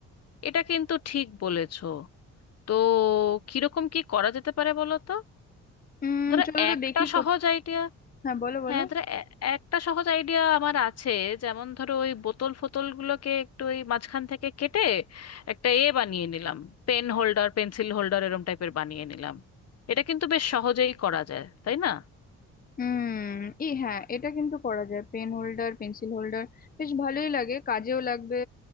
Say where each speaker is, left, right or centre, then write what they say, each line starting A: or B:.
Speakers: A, on the left; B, on the left.
A: এটা কিন্তু ঠিক বলেছো তো কিরকম কি করা যেতে পারে বলো তো
B: উম
A: ধরো
B: চলো তো
A: একটা
B: দেখি
A: সহজ
B: কোথ-
A: আইডিয়া
B: হ্যাঁ বলো বলো
A: হ্যাঁ ধরো এ- একটা সহজ আইডিয়া আমার আছে যেমন ধরো ওই বোতল ফোতল গুলোকে একটু ওই মাঝখান থেকে কেটে একটা এ বানিয়ে নিলাম পেন হোল্ডার পেন্সিল হোল্ডার এরম টাইপের বানিয়ে নিলাম এটা কিন্তু বেশ সহজেই করা যায় তাই না
B: হুম এই হ্যাঁ এটা কিন্তু করা যায় পেন হোল্ডার পেন্সিল হোল্ডার বেশ ভালোই লাগে কাজেও লাগবে